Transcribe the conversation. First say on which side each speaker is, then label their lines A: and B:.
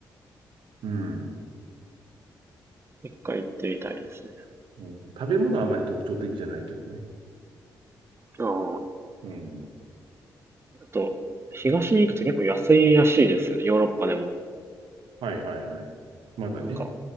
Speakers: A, on the right; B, on the right.
A: うん。
B: 一回行ってみたいですね。
A: うん食べ物はあまり特徴的じゃないけどね。
B: ああ。
A: うん。
B: あと、東に行くと結構安いらしいですよね。ヨーロッパでも。
A: はいはいはい。まだね。
B: なんか、